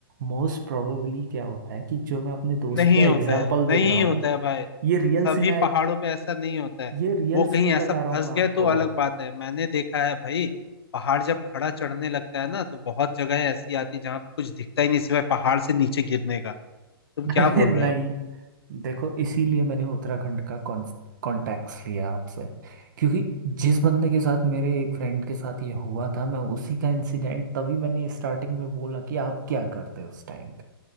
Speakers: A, on the right; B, on the left.
A: मोस्ट प्रोबेबली क्या होता है कि जो मैं अपने दोस्त
B: नहीं
A: का एग्जाम्पल
B: होता है नहीं
A: दे रहा हूँ
B: होता है भाई
A: ये रियल
B: सभी
A: सिनार
B: पहाड़ों पे ऐसा नहीं होता है
A: ये रियल
B: वो
A: सीन
B: कहीं ऐसा
A: बता रहा
B: फंस
A: हूँ मैं आपको
B: गए तो अलग बात है मैंने देखा है भाई पहाड़ जब खड़ा चढ़ने लगता है ना तो बहुत जगह ऐसी आती है जहाँ कुछ दिखता ही नहीं सिवाय पहाड़ से नीचे गिरने का तुम
A: <laughs>
B: क्या
A: अरे
B: बोल
A: नहीं
B: रहे हो
A: देखो इसीलिए मैंने उत्तराखंड का कॉन्टैक्ट्स लिया आपसे क्योंकि जिस बंदे के साथ मेरे एक फ्रेंड के साथ ये हुआ था मैं उसी का इंसिडेंट तभी मैंने स्टार्टिंग में बोला कि आप क्या करते उस टाइम